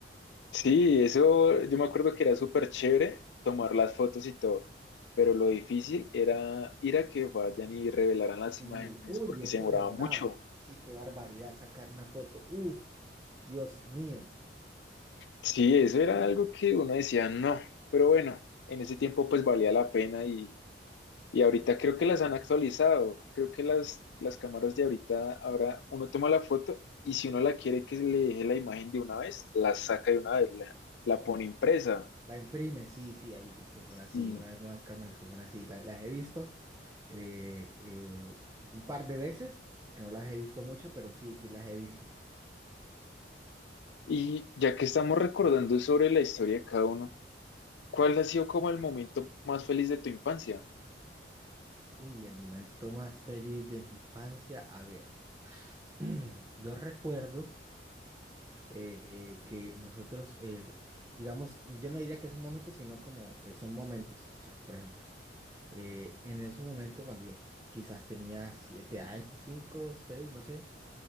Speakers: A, on the left; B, on the right.
A: Sí, eso yo me acuerdo que era súper chévere tomar las fotos y todo, pero lo difícil era ir a que vayan y revelaran
B: Sí,
A: las imágenes
B: uy,
A: porque
B: eso
A: se demoraba
B: demoraba,
A: mucho.
B: sí, qué barbaridad sacar una foto, uf, Dios mío.
A: Sí, eso era algo que uno decía, no, pero bueno, en ese tiempo pues valía la pena y, y ahorita creo que las han actualizado, creo que las, las cámaras de ahorita, ahora uno toma la foto y si uno la quiere que le deje la imagen de una vez, la saca de una vez, la, la pone impresa.
B: La imprime, sí, sí, hay unas que son así,
A: Y,
B: unas nuevas cámaras que son así, la- las he visto eh, eh, un par de veces, porque no las he visto mucho, pero sí, sí las he visto.
A: y ya que estamos recordando sobre la historia de cada uno, ¿cuál ha sido como el momento más feliz de tu infancia?
B: Uy, el momento más feliz de mi infancia, a ver, <clears throat> yo recuerdo eh, que nosotros, eh, digamos, yo no diría que es un momento, sino como eh, son momentos, o sea, por ejemplo, eh, en ese momento cuando yo quizás tenía siete años, cinco, seis, no sé,